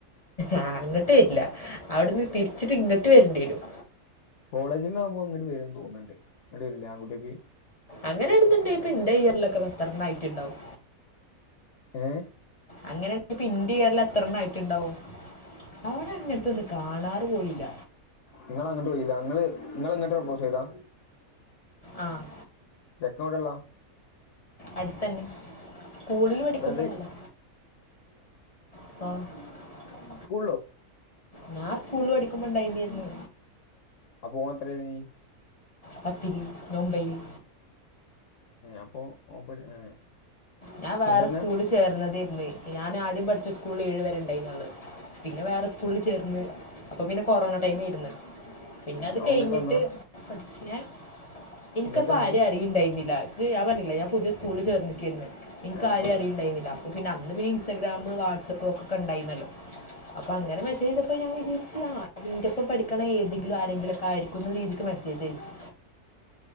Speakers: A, on the left; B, on the left.
A: ആഹ് അങ്ങ്ട്ട് വരില്ല അവിടുന്ന് തിരിച്ചിട്ട് ഇങ്ങോട്ട് വരേണ്ടി വരും
B: കോളേജില് ആകുമ്പോ ഇങ്ങട് വരുന്ന് തോന്നുന്നുണ്ടേ ഇവിടെ എല്ലാം കൂടിയൊരു
A: അങ്ങനെ ഇടുന്നുണ്ടെ ഇപ്പൊ ഇന്റെ ഇയറിലൊക്കെ <unintelligible> ആയിട്ടുണ്ടാവും
B: ഏഹ്
A: അങ്ങനെ പി ഇന്റിയറിൽ എത്ര എണ്ണം ആയിട്ടിണ്ടാവും അവടെ അങ്ങനത്തെ ഒന്നും കാണാറ് പോലും ഇല്ല
B: നിങ്ങള് അങ്ങട്ട് പോയില്ല നിങ്ങള് നിങ്ങള് അങ്ങോട്ട് പ്രൊപ്പോസ് ചെയ്താ
A: ആഹ്
B: ചെക്കനെവിടെ ഇള്ളതാ
A: അടുത്തന്നെ സ്കൂളിൽ പഠിക്കുമ്പോ
B: അതായത്
A: ഇള്ളതാ ആഹ്
B: സ്കൂളോ
A: ഞാൻ സ്കൂൾ പഠിക്കുമ്പോ ഇണ്ടായിനിരുന്നു
B: അപ്പ ഓൻ എത്രയിലായിനി
A: പത്തില് ഞാ ഒമ്പൈല്
B: അപ്പൊ <unintelligible> ഏഹ്
A: ഞാൻ വേറെ
B: സുന്ദരനാ
A: സ്കൂളിൽ ചേർന്നതേർന്നു ഇന്ന് ഞാൻ ആദ്യം പഠിച്ച സ്കൂളിൽ ഏഴ് വരെ ഇണ്ടായിരുനുള്ളു പിന്നെ വേറെ സ്കൂളിൽ ചേർന്ന് അപ്പൊ പിന്നെ കൊറോണ ടൈം ആയിരുന്നു പിന്നെ
B: ഏഹ്
A: അത്
B: ഓൻ
A: കഴിഞ്ഞിട്ട്
B: ഇങ്ങട്ട് വന്നാ
A: പഠിച്ചില്ല എനിക്കപ്പം
B: ഇങ്ങട്ട് വന്നാ
A: ആരും അറിണ്ടായിരുന്നില്ല ഞാൻ പറഞ്ഞില്ലെ ഞാ പുതിയ സ്കൂളിൽ ചേർന്നിരിക്കാരും എനിക്ക്
B: ആഹ്
A: ആരും
B: ആഹ്
A: അറിയിണ്ടായിന്നില്ല ഓഹ് പിന്നെ അന്ന് പിന്നെ ഇൻസ്റ്റാഗ്രാം വാട്സാപ്പ് ഒക്കെണ്ടായിരുന്നല്ലോ അപ്പൊ അങ്ങനെ മെസേജ് അയച്ചപ്പ ഞാൻ വിചാരിച്ചു ആണ് നിന്റെപ്പ പഠിക്ക ഏതെങ്കിലും ആരെങ്കിലൊക്കെ ആരിക്കും പിന്നെ ഇൻക്ക് മെസേജ് അയച്ചു
B: ഉ